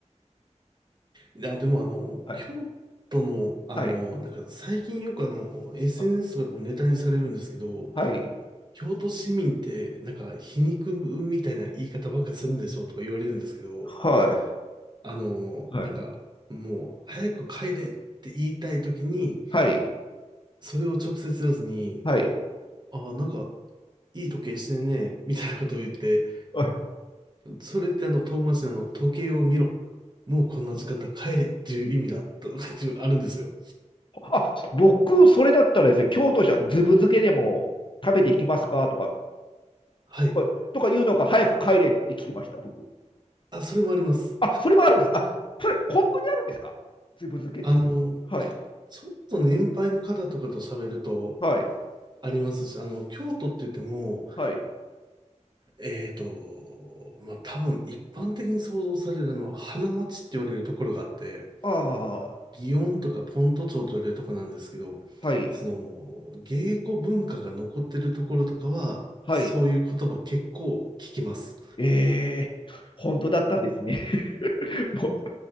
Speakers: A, on the right; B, on the left.
A: いや、でもあの、
B: はい、
A: 京都の、あの、
B: はい、
A: なんか最近よくあの、SNS
B: あ
A: とかでもネタにされるんですけど、
B: はい、
A: 京都市民ってなんか皮肉みたいな言い方ばっかするんでしょうとか言われるんですけど、
B: はい、
A: あの、
B: はい、
A: なんか、もう、早く帰れって言いたいときに、
B: はい、
A: それを直接言わずに、
B: はい。
A: ああ、なんか、いい時計してんね、みたいなことを言って、
B: はい
A: それってあの、遠回しなの、時計を見ろ。もうこんな時間だ、帰れっていう意味だ、とかっていうのあるんですよ。
B: あ、僕、それだったらですね、京都市はずぶ漬けでも食べていきますかとか、
A: はい。
B: とか、とか言うのが早く帰れって聞きました、僕。
A: あ、それもあります。
B: あ、それもあるんです。あ、それ、本当にあるんですかずぶ漬けって。
A: あの、
B: はい、
A: ちょっと年配の方とかと喋ると、
B: はい、
A: ありますし、あの、京都って言っても、
B: はい。
A: えーと、まあ、多分一般的に想像されるのは花街って言われるところがあって、
B: ああ、
A: 祇園とかポント町と言われるとこなんですけど、
B: はい、
A: その、芸妓文化が残ってるところとかは、
B: はい。
A: そういう言葉結構聞きます。
B: ええ本当だったんですね。<laughs> も